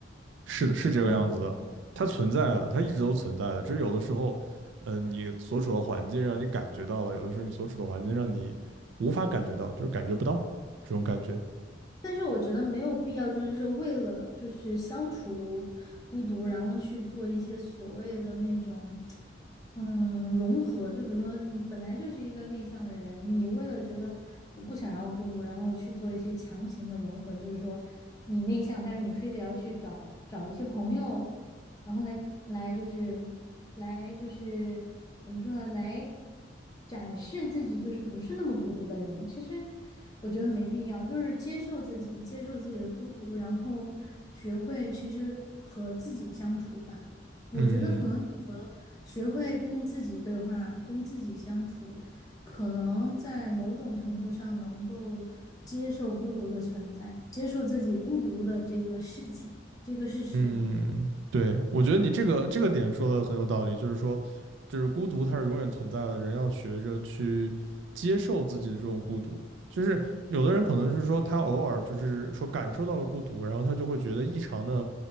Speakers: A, on the right (about 80°); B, on the left (about 20°).
A: 是的，是这个样子的。
B: 对啊
A: 它存在了，它一直都存在的，只是有的时候，呃，你所处的环境让你感觉到了，有的时候你所处的环境让你无法感觉到，就是感觉不到这种感觉。
B: 但是我觉得没有必要，就是说为了就是消除孤独，然后去做一些所谓的那种，嗯，融合。就比如说你本来就是一个内向的人，你为了觉得我不想要孤独，然后去做一些强行的融合，就是说你内向，但是你非得要去找找一些朋友，然后来来就是来就是怎么说呢？来展示自己就是不是那么孤独的人。其实我觉得没必要，就是接受自己，接受自己的孤独，然后学会其实和自己相处吧。我觉得可能你和学会跟自己对话、
A: 嗯，
B: 跟自己相处，可能在某种程度上能够接受孤独的存在，接受自己孤独的这个事情，这个事实。
A: 嗯，对，我觉得你这个这个点说的很有道理，就是说，就是孤独它是永远存在的，人要学着去接受自己的这种孤独。就是有的人可能是说他偶尔就是说感受到了孤独，然后他就会觉得异常的，